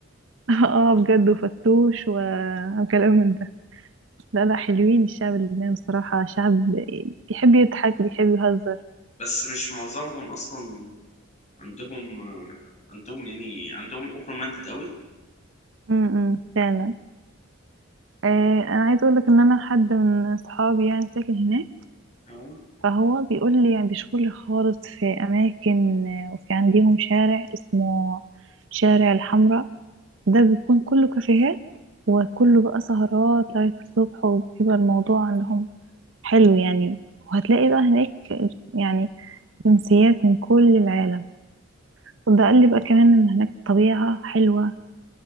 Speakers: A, on the right; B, on the left.
A: <laughs> اه بجد وفتوش و- وكلام من ده لا لا حلوين الشعب اللبناني بصراحة شعب بيحب يضحك بيحب يهزر
B: بس مش معظمهم أصلا عندهم آه، عندهم يعني عندهم اوبن مايندد قوي
A: امم فعلا آه، انا عايزه اقول لك ان انا حد من صحابي يعني ساكن هناك
B: اه
A: فهو بيقول لي يعني بيشكر خالص في اماكن آه، وفي عندهم شارع اسمه شارع الحمراء ده بيكون كله كافيهات وكله بقى سهرات لغايه الصبح وبيبقى الموضوع عندهم حلو يعني وهتلاقي بقى هناك يعني جنسيات من كل العالم وده قال لي بقى كمان ان هناك الطبيعه حلوه